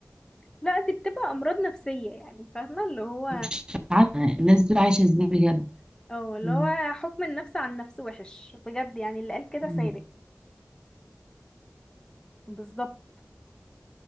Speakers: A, on the left; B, on the right.
A: لا دي بتبقى أمراض نفسية يعني فاهمة اللي هو
B: مش عارفه الناس دول عايشه ازاي بجد
A: اه اللي
B: مم.
A: هو حكم النفس عن النفس وحش بجد يعني اللي قال كده
B: مم.
A: صادق بالظبط